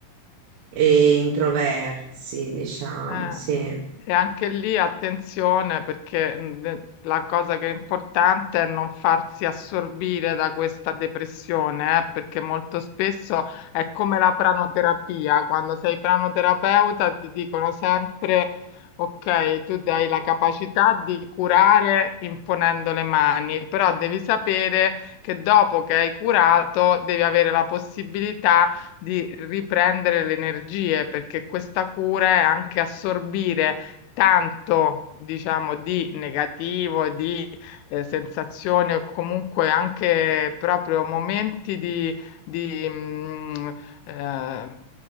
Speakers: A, on the right (about 80°); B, on the left (about 80°).
A: e introversi, diciamo,
B: Eh,
A: sì. Eh.
B: e anche lì attenzione perché mh, de- la cosa che è importante è non farsi assorbire da questa depressione, eh, perché molto spesso è come la pranoterapia. Quando sei pranoterapeuta ti dicono sempre, ok, tu hai la capacità di curare imponendo le mani, però devi sapere che dopo che hai curato devi avere la possibilità di riprendere le energie, perché questa cura è anche assorbire tanto, diciamo, di negativo, di eh, sensazioni o comunque anche proprio momenti di, di, mm, eh,